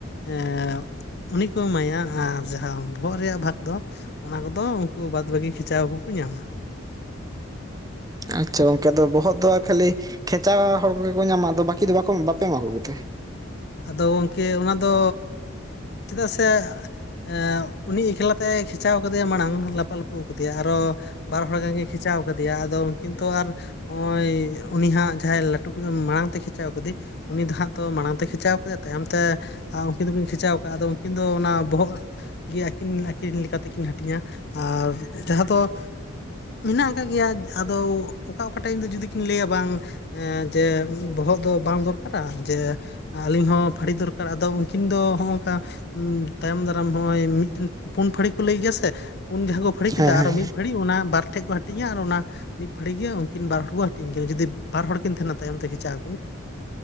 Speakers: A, on the left; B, on the right.
A: ᱮᱸ ᱩᱱᱤ ᱠᱚ ᱮᱢᱟᱭᱟ ᱟᱨ ᱡᱟᱦᱟᱸ ᱵᱚᱦᱚᱜ ᱨᱮᱭᱟᱜ ᱵᱷᱟᱜᱽ ᱫᱚ ᱚᱱᱟ ᱠᱚᱫᱚ ᱩᱱᱠᱩ ᱵᱟᱫ ᱵᱟᱠᱤ ᱠᱷᱮᱸᱪᱟᱣ ᱠᱚᱠᱚ ᱧᱟᱢᱟ ᱾
B: ᱟᱪᱪᱷᱟ ᱜᱚᱝᱠᱮ ᱫᱚ ᱵᱚᱦᱚᱜ ᱫᱚ ᱟᱨ ᱠᱷᱟᱹᱞᱤ ᱠᱷᱮᱪᱟ ᱦᱚᱲ ᱠᱚᱜᱮ ᱠᱚ ᱧᱟᱢᱟ ᱟᱫᱚ ᱵᱟᱹᱠᱤ ᱫᱚ ᱵᱟᱠᱚ ᱵᱟᱯᱮ ᱮᱢᱟ ᱠᱚᱜᱮ ᱛᱮ᱾
A: ᱟᱫᱚ ᱜᱚᱢᱠᱮ ᱚᱱᱟᱫᱚ ᱪᱮᱫᱟᱜ ᱥᱮ ᱮᱸ ᱩᱱᱤ ᱮᱠᱞᱟᱛᱮ ᱠᱷᱮᱪᱟᱣ ᱠᱟᱫᱮᱭᱟ ᱢᱟᱲᱟᱝ ᱞᱟᱯᱟᱼ ᱞᱟᱯᱚ ᱠᱟᱫᱮᱭᱟ ᱟᱨᱚ ᱵᱟᱨ ᱦᱚᱲ ᱜᱟᱱ ᱜᱮ ᱠᱷᱤᱪᱟᱣ ᱠᱟᱫᱮᱭᱟ ᱟᱫᱚ ᱩᱱᱠᱤᱱ ᱛᱚ ᱟᱨ ᱦᱚᱸᱜᱼᱚᱭ ᱩᱱᱤ ᱦᱟᱸᱜ ᱡᱟᱦᱟᱸᱭ ᱞᱟᱹᱴᱩ ᱢᱟᱲᱟᱝ ᱛᱮᱭ ᱠᱷᱮᱪᱟᱣ ᱠᱟᱫᱮ ᱩᱱᱤ ᱫᱚ ᱦᱟᱸᱜ ᱛᱚ ᱢᱟᱲᱟᱝ ᱛᱮ ᱠᱷᱮᱸᱪᱟᱣ ᱠᱮᱫᱮᱭᱟ ᱛᱟᱭᱚᱢ ᱛᱮ ᱩᱱᱠᱤᱱ ᱫᱚᱠᱤᱱ ᱠᱷᱮᱸᱪᱟᱣ ᱠᱟᱜᱼᱟ ᱟᱫᱚ ᱩᱱᱠᱤᱱ ᱫᱚ ᱚᱱᱟ ᱵᱚᱦᱚᱜ ᱜᱮ ᱟᱠᱤᱱ ᱟᱠᱤᱱ ᱞᱮᱠᱟᱛᱮ ᱠᱤᱱ ᱦᱟᱹᱴᱤᱧᱟ, ᱟᱨ ᱡᱟᱦᱟᱸ ᱫᱚ ᱢᱮᱱᱟᱜ ᱟᱠᱟᱫ ᱜᱮᱭᱟ ᱟᱫᱚ ᱚᱠᱟ ᱚᱠᱟ ᱴᱟᱭᱤᱢ ᱫᱚ ᱡᱩᱫᱤ ᱠᱤᱱ ᱞᱟᱹᱭᱟ ᱵᱟᱝ ᱦᱮᱸ ᱡᱮ ᱵᱚᱦᱚᱜ ᱫᱚ ᱵᱟᱝ ᱫᱚᱨᱠᱟᱨᱟ ᱡᱮ ᱟᱹᱞᱤᱧ ᱦᱚᱸ ᱯᱷᱟᱹᱲᱤ ᱫᱚᱨᱠᱟᱨ ᱟᱫᱚ ᱩᱱᱠᱤᱱ ᱫᱚ ᱦᱚᱸᱜ-ᱚᱝᱠᱟ ᱛᱟᱭᱚᱢ ᱫᱟᱨᱟᱢ ᱦᱚᱸᱜᱼᱚᱭ ᱢᱤᱫ ᱴᱮᱱ ᱯᱩᱱ ᱯᱷᱟᱹᱲᱤ ᱠᱚ ᱞᱟᱹᱭ ᱜᱮᱭᱟ ᱥᱮ ᱯᱩᱱ ᱡᱟᱦᱟᱸ ᱠᱚ ᱯᱷᱟᱹᱲᱤ ᱠᱮᱫᱟ
B: ᱦᱮᱸ ᱦᱮᱸ᱾
A: ᱟᱨ ᱢᱤᱫ ᱯᱷᱟᱹᱲᱤ ᱚᱱᱟ ᱵᱟᱨ ᱴᱷᱮᱡ ᱠᱚ ᱦᱟᱹᱴᱤᱧᱟ ᱟᱨ ᱚᱱᱟ ᱢᱤᱫ ᱯᱷᱟᱹᱲᱤ ᱜᱮ ᱩᱱᱠᱤᱱ ᱵᱟᱨ ᱦᱚᱲ ᱠᱚ ᱦᱟᱹᱴᱤᱧ ᱠᱤᱱᱟ ᱡᱩᱫᱤ ᱵᱟᱨ ᱦᱚᱲ ᱠᱤᱱ ᱛᱟᱦᱮᱱᱟ ᱛᱟᱭᱚᱢ ᱛᱮ ᱠᱷᱮᱪᱟᱜ ᱟᱠᱤᱱ